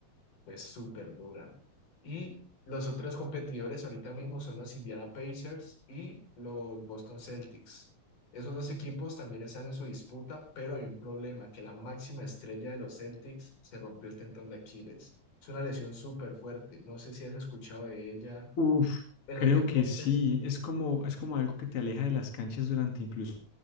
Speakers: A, on the left (about 85°); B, on the left (about 45°).
A: fue súper dura. Y los otros competidores ahorita mismo son los Indiana Pacers y los Boston Celtics. Esos dos equipos también están en su disputa, pero hay un problema, que la máxima estrella de los Celtics se rompió el tendón de Aquiles. Es una lesión súper fuerte. No sé si has escuchado de ella
B: Uf.
A: en
B: Creo
A: los deportes.
B: que sí, es como, es como algo que te aleja de las canchas durante incluso